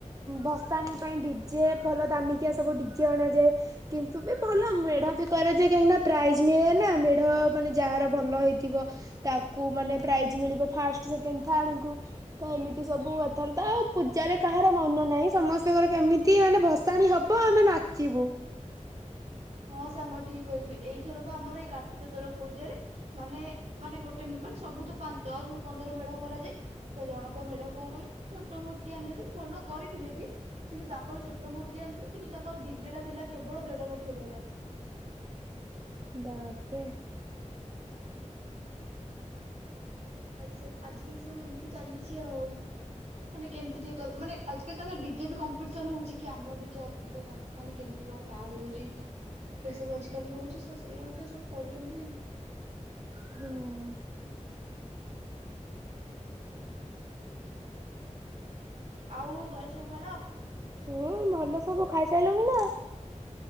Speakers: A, on the right; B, on the right.
A: ଭସାଣି ପାଇଁ ଡିଜେ ଭଲ ଦାମୀ କିଆ ସବୁ ଡିଜେ ଅଣାଯାଏ କିନ୍ତୁ ବି ଭଲ ମେଢ଼ ବି କରାଯାଏ କାହିଁକିନା ପ୍ରାଇଜ ମିଳେ ନା ମେଢ଼ ମାନେ ଯାହାର ଭଲ ହେଇଥିବ ତାକୁ ମାନେ ପ୍ରାଇଜ୍ ମିଳିବ ଫାଷ୍ଟ ସେକେଣ୍ଡ ଥାର୍ଡ଼କୁ ତ ଏମିତି ସବୁ କଥାର ତ ଆଉ ପୂଜାରେ କାହାର ମନ ନାହିଁ ସମସ୍ତଙ୍କର କେମିତି ମାନେ ଭସାଣି ହବ। ହଁ ଆମେ ନାଚିବୁ।
B: ହଁ ସାଙ୍ଗ ଠିକ କହିଛୁ ଏଇଥରପା ଆମର ଏଇ କାର୍ତ୍ତିକ ସ୍ୱର ପୂଜାରେ ମାନେ ମାନେ ଗୋଟେ ମାନେ ସବୁ ତ ଦଶ ରୁ ପନ୍ଦର ମେଢ କରାଯାଏ ତ ଜଣଙ୍କ ମେଢ କଣ କହିଲୁ ଛୋଟ ମୂର୍ତ୍ତି ଆଣିଦେଇଥିଲେ ଭଲ କରିଥିଲେ ବି କିନ୍ତୁ ତାଙ୍କର ଛୋଟ ମୂର୍ତ୍ତି ଆଣିଥିଲେ କିନ୍ତୁ ତାଙ୍କର ଡିଜେଟା ଥିଲା କେବଳ ଦେଢ ଲକ୍ଷ। ଲକ୍ଷ ଟଙ୍କା।
A: ବାପରେ।
B: ଆଜି ସବୁ ଆଜିକାଲି ସବୁ ଏମିତି ଚାଲିଛି ଆଉ ମାନେ କେମିତି ଟିକେ ମାନେ ଆଜି କାଲି ତାଙ୍କ ଡିଜେ ବି କମ୍ପିଟିସନ ହଉଛି କି ଆମ ଡିଜେ ଅଧିକ ମାନେ କେମତି କଣ ସାଉଣ୍ଡ ହଉଛି ଏଇା ସବୁ ଆଜିିକାଲି ହଉଛି ତ ସେଇ ଅନୁସାରେ ସବୁ କରୁଛନ୍ତି ଆଉ।
A: ହଁ
B: ଆଉ ଘରେ ସବୁ ଭଲ?
A: ହୁଁ ଭଲ ସବୁ ଖାଇ ଖାଇ ସାରିଲୁଣି ନା?